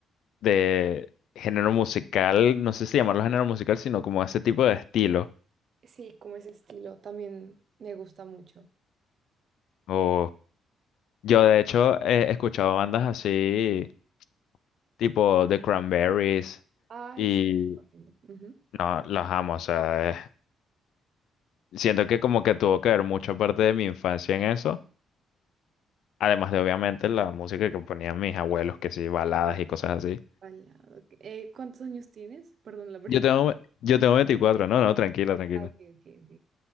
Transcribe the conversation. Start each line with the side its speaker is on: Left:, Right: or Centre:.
Left: de género musical. No sé si llamarlo género musical, sino como ese tipo de estilo.
Right: Sí, como ese estilo también me gusta mucho.
Left: O yo de hecho he escuchado bandas así, tipo The Cranberries,
Right: Ay,
Left: y
Right: sí. es Ujú.
Left: no, las amo. O sea, es- siento que como que tuvo que ver mucha parte de mi infancia en eso. Además de obviamente la música que ponían mis abuelos, que sí, baladas y cosas así.
Right: Bailado. Eh, ¿cuántos años tienes? Perdón la pregunta.
Left: Yo tengo, yo tengo 24, no, no, tranquila, tranquila.
Right: Ah, ok, ok, ok.